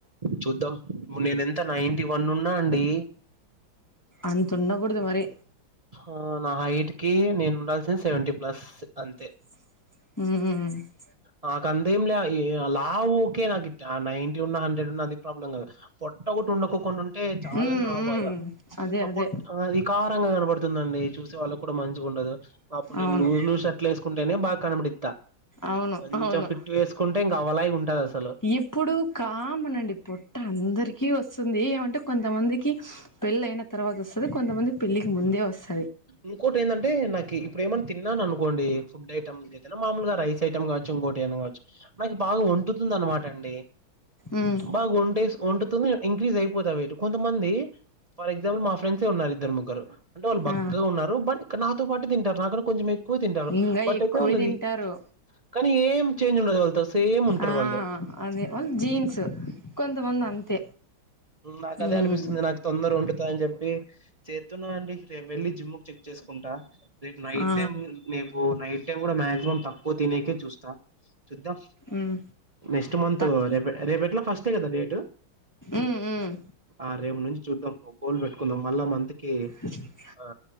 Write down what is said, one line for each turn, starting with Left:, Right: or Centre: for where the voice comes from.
Right: చూద్దాం నేను ఎంత నైన్టీ వన్ ఉన్నా అండి
Left: అంతుండకూడదు మరి
Right: ఆ నా హైట్ కి నేను ఉండాల్సింది సెవెంటీ ప్లస్ అంతే
Left: ఊ
Right: నాకు అంతేంలే ఏ లావు ఓకే నాకు ఆ నైంటీ ఉన్నా హండ్రెడ్ ఉన్నా అది ప్రాబ్లం కాదు పొట్టగొట ఉండకో ఉంటే చాలని
Left: ఉమ్
Right: నా
Left: ఉమ్
Right: బాధ
Left: అదే
Right: ఆ
Left: అదే
Right: పొట్. ది కారంగా కనపడుతుందండి చూసే వాళ్ళకి కూడా మంచిగా ఉండదు అప్పుడు నేనులుజ్
Left: అవును
Right: లూజ్ షట్. ఫట్లు వేసుకుంటేనే బాగా కనబడిస్తా
Left: అవును
Right: కొంచెం
Left: అవును
Right: ఫిట్ వేసుకుంటే ఇంకా అవలాగి ఉంటది అసలు.
Left: ఎప్పుడు కామనండి పుట్ట అందరికీ వస్తుంది ఏమంటే కొంతమందికి. పెళ్ళి అయిన తర్వాత వస్తది కొంతమంది పెళ్ళలికి ముందే వస్త.
Right: ఇంకోటి ఏంటంటే నాకి ఇప్పుడు ఏమన్నా తిన్నాన్ అనుకోండి. ఫుడ్ ఐటమ్ అయితేనా మామలుగా రైస్ ఐటమ్ కాచ్చు ఇకోటి ఏనా కాచ్చు. నాకు బాగా వంటుతుంది అనమాట అండి
Left: ఉమ్
Right: బాగా వండేస్. ఉంటుతుంది ఇంక్రీజ్ అయిపోతా వెయిట్ కొంతమంది ఫర్ ఎగ్జాంపుల్ మా ఫ్రెండ్సే ఉన్నారు ఇద్దరు ముగ్గురు అంటే. బక్కగా
Left: ఆ
Right: ఉన్నారు బట్ నాతో పాటు తింటారు నాక కొంచెం ఎక్కువ తింటారు
Left: ఇంగా
Right: బట్
Left: ఎక్కువే
Right: అయితే వాళ్ళది.
Left: తింటారు
Right: కానీ ఏం చేంజ్ ఉండదు వాళ్ళతో సేమ్ ఉంటరు
Left: ఆ
Right: వాళ్ళు.
Left: అదే వాళ్ళు జీన్స్ కొంతమంది అంతే.
Right: నాకు అదే
Left: ఉమ్
Right: అనిపిస్తుంది నాకు తొందర ఉండుతా అని చెప్పి చేస్తున్నాం అండి రేమి వెళ్లి. జిమ్ చెక్ చేసుకుంటా రేపు నైట్
Left: ఆ
Right: టైమ్. నేపు నైట్ టైమ్ కూడా మాక్సిమం తక్కువ తినేకే చూస్తా చూద్దాం
Left: ఉమ్
Right: నెక్స్ట్ మంత్
Left: తక్
Right: రేప రేప్ ఎట్లా ఫస్ట్ కదా డేటు.
Left: ఉమ్ ఉమ్
Right: ఆ రేపు నుంచి చూద్దాం ఓ గోల్ పెట్టుకుందాం మళ్ళా మంత్ కి.
Left: అ
Right: ఆ